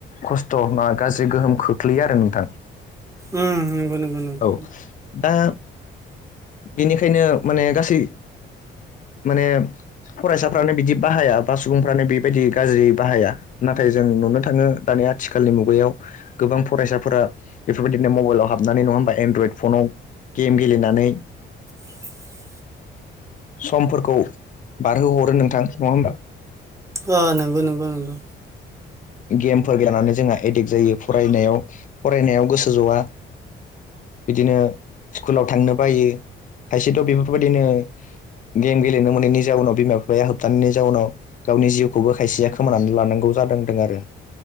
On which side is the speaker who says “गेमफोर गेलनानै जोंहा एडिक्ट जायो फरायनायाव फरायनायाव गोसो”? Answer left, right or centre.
Left